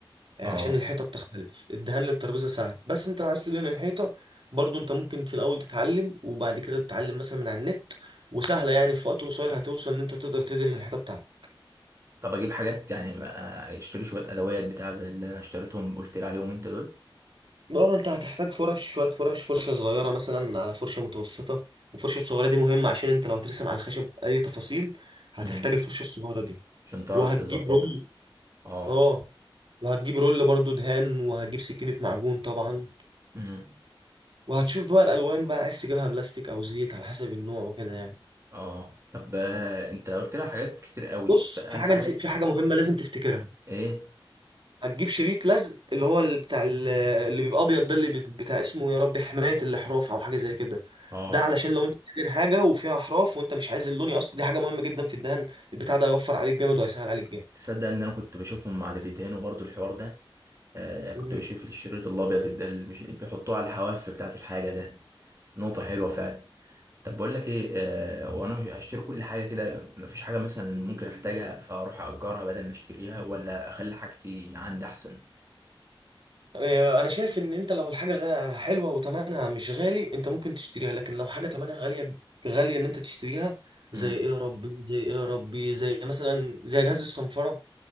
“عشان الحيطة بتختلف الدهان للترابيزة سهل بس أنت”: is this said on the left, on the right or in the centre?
Right